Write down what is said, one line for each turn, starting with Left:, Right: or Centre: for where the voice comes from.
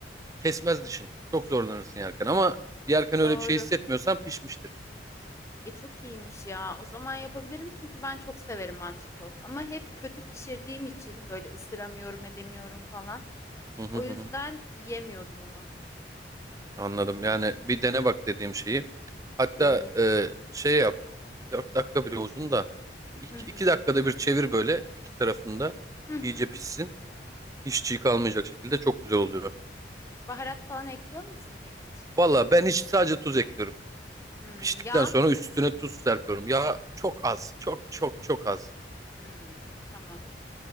Right: kesmez dişin. Çok zorlanırsın yerken ama yerken öyle
Left: doğru.
Right: bir şey hissetmiyorsan pişmiştir.
Left: E çok iyiymiş ya. O zaman yapabilirim çünkü ben çok severim antrikot. Ama hep kötü pişirdiğim için böyle ısıramıyorum edemiyorum falan.
Right: Hı hı
Left: O
Right: hı.
Left: yüzden
Right: hı.
Left: yiyemiyordum onu.
Right: Anladım. Yani bir dene bak dediğim şeyi. Hatta
Left: Deneyeyim.
Right: e, şey yap. 4 dakika bile uzun da iki
Left: Hı hı.
Right: iki dakikada bir çevir böyle iki tarafında
Left: Hı hı.
Right: iyice pişsin. Hiç çiğ kalmayacak şekilde çok güzel oluyor.
Left: Baharat falan ekliyor musun peki içine?
Right: Valla ben hiç sadece tuz ekliyorum.
Left: Hmm,
Right: Piştikten
Left: yağ.
Right: sonra üstüne tuz serpiyorum. Ya çok az, çok çok çok az.
Left: Hmm, tamam.